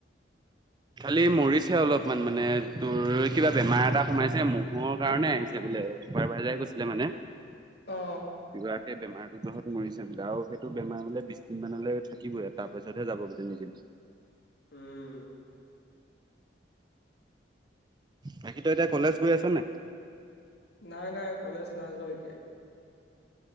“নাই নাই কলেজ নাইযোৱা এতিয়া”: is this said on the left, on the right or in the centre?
Left